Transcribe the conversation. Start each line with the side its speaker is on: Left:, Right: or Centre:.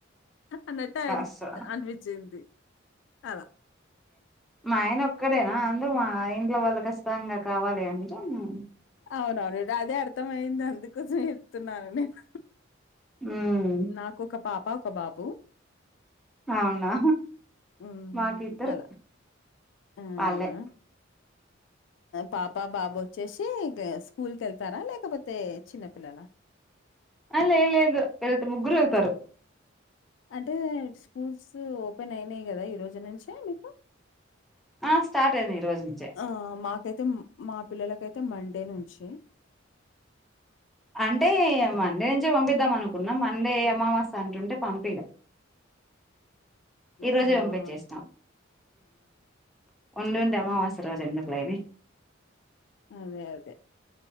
Left: అన్నట్టు
Centre: కాస్త
Left: అన్ అనిపించింది అలా
Centre: మా ఆయన ఒక్కడేనా అందు మా ఇంట్లో వాళ్ళ ఖచ్చితంగా కావాలి అంటే నేను
Left: అవునవును అదే అర్థంమయింది అందుకోసం చెప్తున్నాను నేను
Centre: ఉమ్
Left: నాకు ఒక పాప ఒక బాబు
Centre: అవునా
Left: హ్మ్.
Centre: మాకు ఇద్దరు
Left: అలా. అవునా!
Centre: పాలె
Left: పాప బాబు వచ్చేసి స్కూల్కి వెళ్తారా లేకపోతే చిన్నపిల్లల
Centre: ఆ లేద్ లేదు ముగ్గురు వెళ్తారు
Left: అంటే స్కూల్స్ ఓపెన్ అయినాయి కదా ఈ రోజు నుంచే మీకు
Centre: ఆ స్టార్ట్ అయింది ఈ రోజు నుంచే
Left: ఆ మాక అయితే మా పిల్లలకైతే మండే నుంచి
Centre: అంటే మండే నుంచే పంపిద్దాం
Left: హ్మ్.
Centre: అనుకున్నాం మ మండే అమావాస్యా అంటుంటే పంపిల ఈ
Left: అవునా!
Centre: రోజే పంపించేసినాం ఉండుండి అమావాస్య
Left: హ్మ్.
Centre: రోజు ఎందుకులేని
Left: అదే అదే